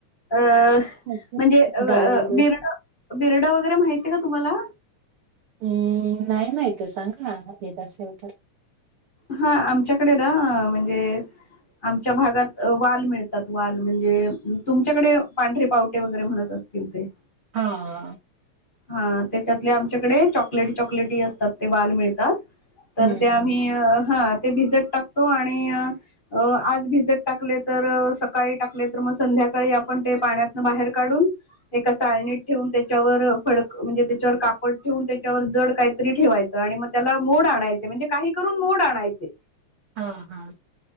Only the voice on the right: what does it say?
असं
डाळ
वगैरे?
हम नाही माहिती सांगा येत असेल तर.
हा.
हं,
हं.
हा हा.